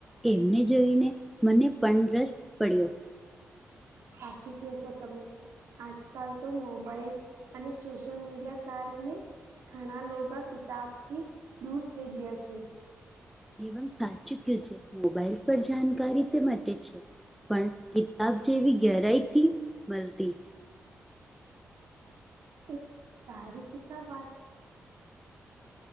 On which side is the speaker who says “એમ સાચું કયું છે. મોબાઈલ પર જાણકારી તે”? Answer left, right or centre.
Centre